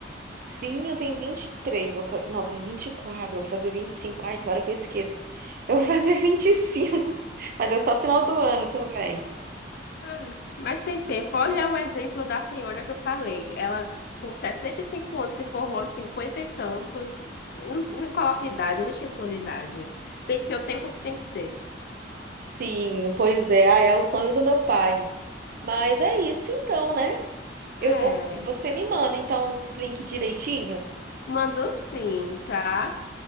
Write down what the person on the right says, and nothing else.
Sim, eu tenho 23. Vou fa... Não, tenho 24. Vou fazer 25. Ai, tem hora que eu esqueço. Eu vou <laughs> fazer 25. Mas é só final do ano também.
Sim, pois é. Ah, é o sonho do meu pai. Mas é isso então, né?
Eu vou. Você me manda então os links direitinho?